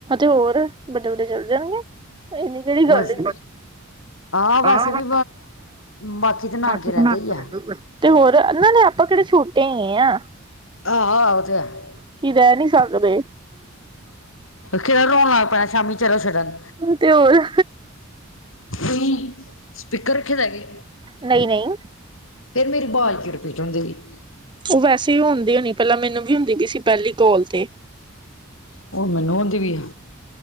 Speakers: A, on the right; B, on the left.
A: ਹੋਰ ਵੱਡੇ, ਵੱਡੇ ਚੱਲ ਜਾਣਗੇ। ਇਹਨੀ ਕਿ ੜੀ ਗੱਲ।
B: ਬਸ ਆਹ ਵੈਸੇ
A: ਹਹ
B: ਵੀ ਬਾਕੀ ਤੇ ਨਾਨਕੇ
A: ਮਸੀ
B: ਰਹਿੰਦੇ
A: ਨਾ
B: ਹੀ ਆ
A: ਤੇ ਹੋਰ ਨਾਲੇ ਆਪਾਂ ਕਿਹੜੇ ਛੋਟੇ ਹੈਗੇ ਹਾਂ।
B: ਆਹੋ ਆਹੋ ਤੇ ਹੈ
A: ਕੀ ਰਹਿ ਨਹੀਂ ਸਕਦੇ।
B: ਕਿਹੜਾ ਰੋਣ ਲੱਗ ਪੈਣਾ ਸ਼ਾਮੀ ਚਲੋ ਛੱਡਣ
A: ਤੇ ਹੋਰ
B: ਤੁਸੀਂ ਸਪੀਕਰ ਰੱਖੇ ਦਾ ਕਿ
A: ਨਹੀਂ, ਨਹੀਂ
B: ਫਿਰ ਮਰੀ ਬਾਲ ਚ ਰਪੀਟ ਹੁੰਦੀ ਸੀ।
A: ਉਹ ਵੈਸੇ ਹੀ ਆਂਦੀ ਹੋਣੀ ਪਹਿਲਾਂ ਮੈਨੂੰ ਵੀ ਹੁੰਦੀ ਗਈ ਸੀ ਪਹਿਲੀ ਕੋਲ ਤੇ।
B: ਓਹ ਨੀ ਮੈਨੂੰ ਆਦੀ ਵੀ ਆ।